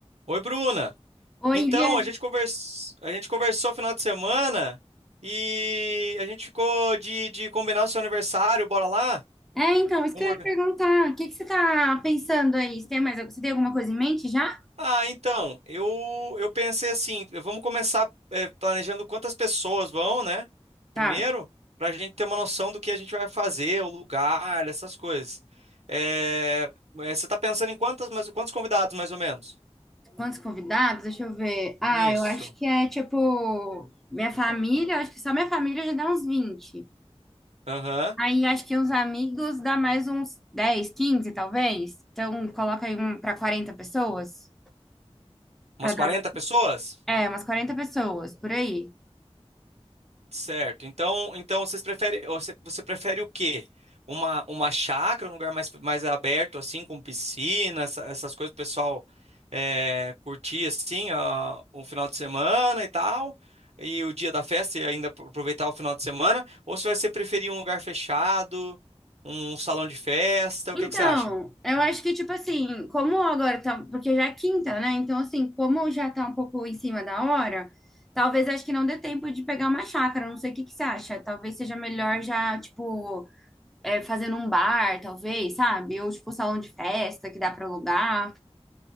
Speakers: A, on the right; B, in the centre.
A: Oi, Bruna.
B: Oi,
A: Então,
B: Gê.
A: a gente convers... a gente conversou final de semana e a gente ficou de, de combinar o seu aniversário, bora lá?
B: É, então, isso
A: Vamos
B: que eu ia
A: organ-
B: perguntar. O que que você tá pensando aí? Você tem mais, você tem alguma coisa em mente já?
A: Ah, então, eu, eu pensei assim, vamos começar eh, planejando quantas pessoas vão, né? Primeiro,
B: Tá.
A: para a gente ter uma noção do que a gente vai fazer, o lugar, essas coisas. Eh, eh, você está pensando em quantas, mais- quantos convidados, mais ou menos?
B: Quantos convidados? Deixa eu ver. Ah,
A: Nisso.
B: eu acho que é tipo minha família, eu acho que só minha família já dá uns 20.
A: Aham.
B: Aí acho que uns amigos dá mais uns 10, 15 talvez. Então, coloca aí um para 40 pessoas,
A: Umas
B: para dar,
A: 40 pessoas?
B: é, umas 40 pessoas por aí.
A: Certo. Então, então vocês preferem, você, você prefere o quê? Uma, uma chácara, um lugar mais, mais aberto, assim, com piscina, essa- essas coisas, o pessoal é, curtir, assim, ó, um final de semana e tal, e o dia da festa e ainda apro- aproveitar o final de semana? Ou se você preferir um lugar fechado, um salão de festa,
B: Então,
A: o que que você acha?
B: eu acho que, tipo assim, como agora tá. Porque já é quinta, né? Então, assim, como já tá um pouco em cima da hora, talvez acho que não dê tempo de pegar uma chácara. Não sei o que que você acha. Talvez seja melhor já, tipo, é, fazer num bar, talvez, sabe? Ou, tipo, salão de festa que dá pra alugar.